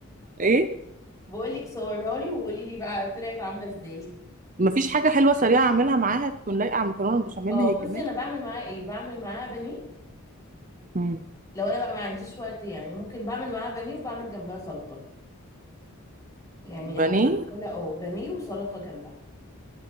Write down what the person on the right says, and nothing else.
ايه
مفيش حاجة حلوة سريعة أعملها معاها تكون لايقة على المكرونة البشاميل
هي
كمان
مم.
بانيه